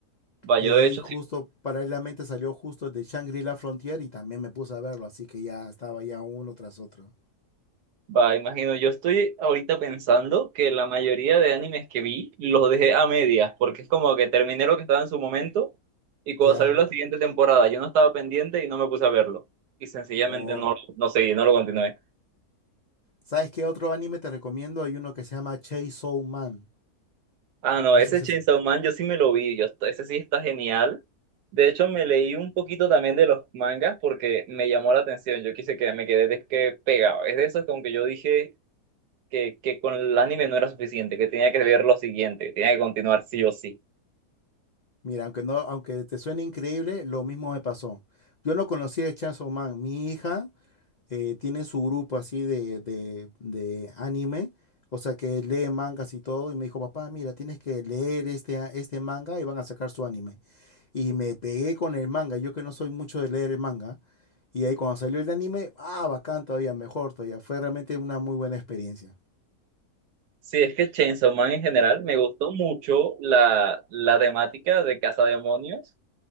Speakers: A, on the right; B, on the left.
A: Va,
B: Y
A: yo
B: de ahí
A: de hecho
B: justo paralelamente salió justo de Shangri-La Frontier y también me puse a verlo, así que ya estaba ya uno tras otro.
A: Va, imagino, yo estoy ahorita pensando que la mayoría de animes que vi los dejé a medias, porque es como que terminé lo que estaba en su momento y cuando
B: Ya.
A: salió la siguiente temporada yo no estaba pendiente y no me puse a verlo. Y sencillamente
B: O,
A: no, no seguí, no lo continué.
B: ¿sabes qué otro anime te recomiendo? Hay uno que se llama Chainsaw Man.
A: Ah, no,
B: No
A: ese
B: sé si
A: Chainsaw
B: es...
A: Man yo sí me lo vi, yo, ese sí está genial. De hecho, me leí un poquito también de los mangas porque me llamó la atención, yo quise que me quedé de que pegado. Es de esos como que yo dije que, que con el anime no era suficiente, que tenía que ver lo siguiente, que tenía que continuar sí o sí.
B: Mira, aunque no, aunque te suene increíble, lo mismo me pasó. Yo no conocía de Chainsaw Man. Mi hija eh, tiene su grupo así de, de, de anime, o sea que lee mangas y todo, y me dijo, papá, mira, tienes que leer este, a- este manga y van a sacar su anime. y me pegué con el manga. Yo que no soy mucho de leer el manga. Y ahí cuando salió el anime, ah, bacán todavía, mejor todavía. Fue realmente una muy buena experiencia.
A: Sí, es que Chainsaw Man en general me gustó mucho la, la temática de demonios